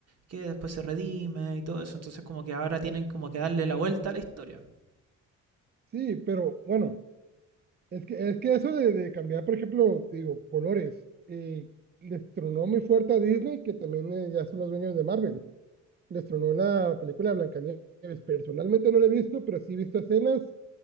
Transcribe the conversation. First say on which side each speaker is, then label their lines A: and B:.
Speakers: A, on the right; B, on the right.
A: que después se redime y todo eso, entonces como que ahora tienen
B: Oye,
A: como que darle la vuelta a la historia.
B: sí, pero bueno. Es que, es que eso de, de cambiar, por ejemplo, te digo, colores, eh, les tronó muy fuerte a Disney, que también eh, ya son los dueños de Marvel. Les tronó la película de Blancanieves. Personalmente no la he visto, pero sí he visto escenas